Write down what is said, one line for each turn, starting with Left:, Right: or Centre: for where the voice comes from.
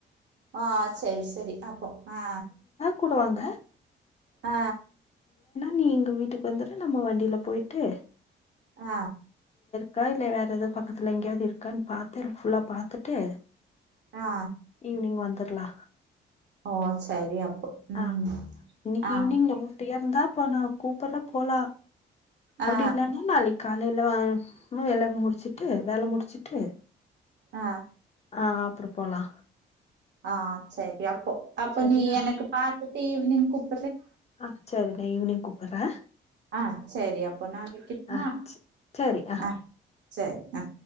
Right: ஆ ச்சயிஸ் தெரி அப்போ அ
Left: கூடவாங்க
Right: அ
Left: நீ எங்க வீட்டுக் வந்துரு நம்ம வண்டில போய்ட்டு
Right: அ
Left: கா இல்ல வேற எதோ பக்கத்துல எங்யாவ்து இருக்கான் பாத்தர் ஃபுல்லா பாத்துட்டு
Right: ஆ
Left: ஈவ்னிங்‌ வந்தரு க்லா
Right: ஓ சரி அப் ம்
Left: ஆ இன்னிக்
Right: ஆ
Left: ஈவ்னிங் நம்ம ஃப்ரீயார்ந்தா பா நா கூப்பற்ற போலா
Right: ஆ
Left: அவ்டி இல்லானி நாளிக் கால் லீல்ல வா மு எல்லாமே முடுச்சுட்டு வேல முடுச்சிட்டு
Right: அ
Left: ஆ அப்று போலா
Right: ஆ ஆ சேய் பேப்போ அப்ப
Left: சரியா
Right: நீ எனக்கு பா ஈவ்னிங் கூப்
Left: ஆ செரி நா ஈவினிங் கூப் படுற
Right: ஆ செரி அப்போ நா வெக்கட்மா
Left: ஆ சரி ஆ
Right: அ செர் ஆ